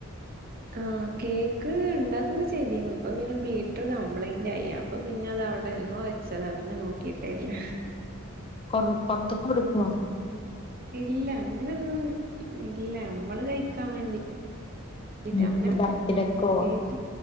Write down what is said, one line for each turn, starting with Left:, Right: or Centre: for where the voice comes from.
Right: ആഹ് കേക്ക് ഇണ്ടാക്കൊക്കെ ചെയ്തീനു ഇപ്പൊ പിന്നെ ബീറ്ററ് കംപ്ലയിന്റായി അ പ്പൊ പിന്നെ അത് അവ്ടെ എന്നോ വെച്ചതാ പിന്നെ നോക്കിട്ടേല്ല.
Left: കൊറ് പൊറത്ത്ക്ക് കൊട്ക്കോ?
Right: ഇല്ല അങ്ങനൊന്നും ഇല്ല മ്മള് കഴിക്കാൻ വേണ്ടി.
Left: വീട്ടില്
Right: <inaudible> അങ്ങനില്ല
Left: ബർത്ത്ഡേക്കോ?
Right: കാര്യായ്ട്ട്